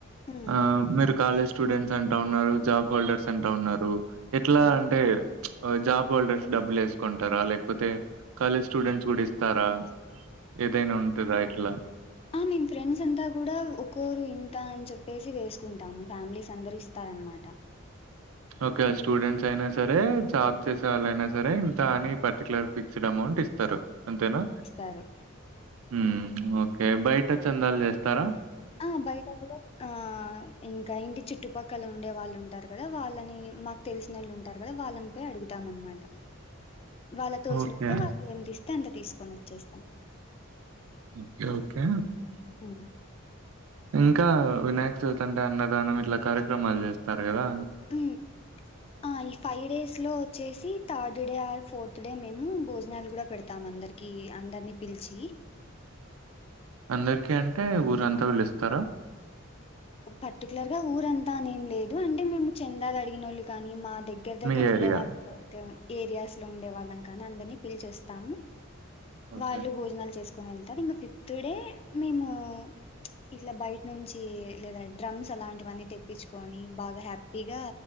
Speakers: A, on the left; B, on the right.
A: ఉమ్,
B: ఆ మీరు కాలేజ్ స్టూడెంట్స్ అంటా ఉన్నారు జాబ్ హోల్డర్స్ అంటా ఉన్నారు ఎట్లా
A: ఉమ్.
B: అంటే జాబ్ హోల్డర్స్ డబ్బులు వేసుకుంటారా లేకపోతే కాలేజ్ స్టూడెంట్స్ కూడా ఇస్తారా ఏదైనా ఉంటదా ఇట్లా?
A: ఆ మేము ఫ్రెండ్స్ అంతా కూడా ఒక్కోరూ ఇంత అని చెప్త ప్పేసి వేసుకుంటాము ఫ్యామిలీస్ అందరు ఇస్తారనమాట
B: ఓకే స్టూడెంట్స్ అయినా సరే జాబ్ చేసే వాళ్ళైనా సరే ఇంత అని పర్టికులర్ ఫిక్స్డ్ అమౌంట్ ఇస్తారు అంతేనా
A: ఇస్తారు
B: హ ఓకే బయట చందాలు చేస్తారా
A: ఆ బయట కూడా ఆ ఇంకా ఇంటి చుట్టుపక్కల ఉండేవా వాళ్ళు ఉంటారు కదా వాళ్ళని మాకు తెలిసిన వాళ్ళు ఉంటారు కదా వాళ్ళని పోయి అడుగుతాం అనమాట వాళ్ళ తోచినంత
B: ఓకే.
A: వాళ్ళు ఎంత ఇస్తే అంత తీసుకొని వచ్చేస్తాం
B: ఓకే ఓకే
A: ఉమ్
B: ఇంకా వినాయక్ చవితంటే అన్నదానం ఇట్లా కార్యక్రమాలు చేస్తారు కదా
A: ఉమ్ ఆ ఈ ఫైవ్ డేస్ లో వచ్చేసి third day or fourth day అ మేము భోజనాలు కూడా పెడతాం అందరికి అందరినీ పిలిచి
B: అందరికి అంటే ఊరంతా పిలుస్తార
A: పర్టికులర్ గా ఊరంతా అని ఏం లేదు అంటే మేము చందాలు అడిగినోళ్ళు కాని మాది దగ్గర దగ్గర
B: మీ
A: ఉండే
B: ఏరియా.
A: వాళ్ళ ఏరియాస్ లో ఉండే వాళ్ళం కానీ అందరినీ పిలిచేస్తాము
B: ఓకే.
A: వాళ్ళు భోజనాలు చేసుకొని వెళ్తారు ఇంకా ఫిఫ్ టుడే మేము ఇట్లా బయట నుంచి లేదా డ్రమ్స్ అలాంటివన్నీ తెప్పించుకొని బాగా హ్యాపీగా